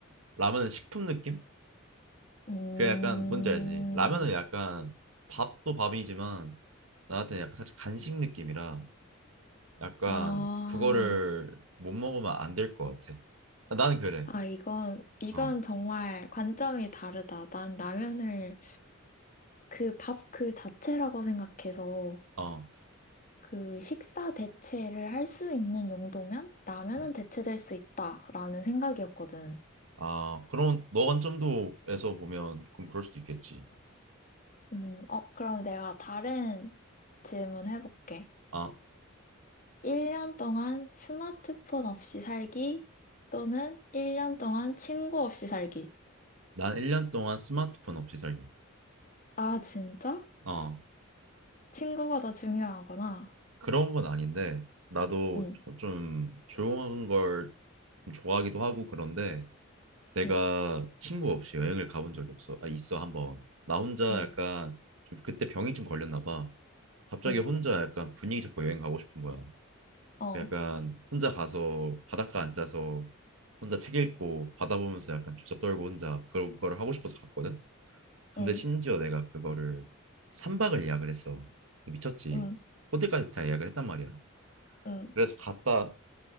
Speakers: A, on the right; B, on the left.
A: 라면은 식품 느낌?
B: 음,
A: 그 약간 뭔지 알지? 라면은 약간 밥도 밥이지만 나한테는 약간 살짝 간식 느낌이라 약간
B: 아,
A: 그거를 못 먹으면 안 될 것 같아. 아, 나는 그래.
B: 아, 이건, 이건
A: 어,
B: 정말 관점이 다르다. 난 라면을 그 밥 그 자체라고 생각해서
A: 어.
B: 그 식사 대체를 할 수 있는 용도면 라면은
A: 음.
B: 대체될 수 있다라는 생각이었거든.
A: 아, 그럼 너 관점도에서 보면 그럼 그럴 수도 있겠지.
B: 음, 어, 그럼 내가 다른 질문 해볼게.
A: 아,
B: 1년 동안 스마트폰 없이 살기 또는 1년 동안 친구 없이 살기.
A: 난 1년 동안 스마트폰 없이 살기.
B: 아, 진짜?
A: 어.
B: 친구가 더 중요하구나.
A: 그런 건 아닌데 나도
B: 응,
A: 좀 조용한 걸좀 좋아하기도 하고 그런데 내가
B: 응,
A: 친구 없이 여행을 가본 적이 없어. 아 있어 한번. 나 혼자
B: 응,
A: 약간 좀 그때 병이 좀 걸렸나 봐. 갑자기
B: 응,
A: 혼자 약간 분위기 잡고 여행 가고 싶은 거야.
B: 어,
A: 그 약간 혼자 가서 바닷가 앉아서 혼자 책 읽고 바다 보면서 약간 주접 떨고 혼자 그런 거를 하고 싶어서 갔거든. 근데
B: 응,
A: 심지어 내가 그거를 3박을 예약을 했어. 미쳤지.
B: 응,
A: 호텔까지 다 예약을 했단 말이야.
B: 응.
A: 그래서 갔다